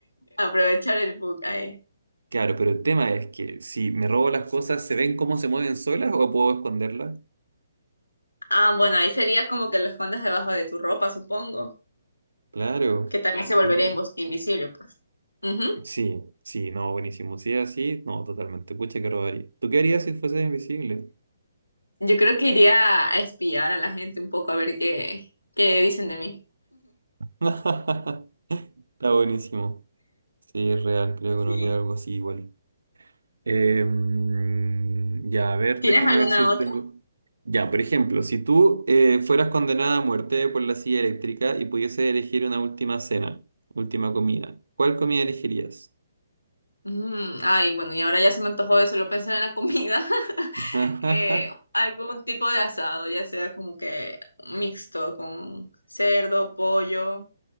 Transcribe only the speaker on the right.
claro, pero el tema es que si me robo las cosas, ¿se ven cómo se mueven solas o puedo esconderlas?
Claro,
claro.
Sí, sí, no, buenísimo. Si es así, no, totalmente. Pucha, que robaría. ¿Tú qué harías si fueses invisible?
<laughs> Está buenísimo. Sí, es real, creo
que no haría algo así igual. Em, ya, a ver,
déjame
ver si
tengo. Ya, por ejemplo, si tú eh, fueras condenada a muerte por la silla eléctrica y pudieses elegir una última cena, última comida, ¿cuál comida elegirías?
<laughs>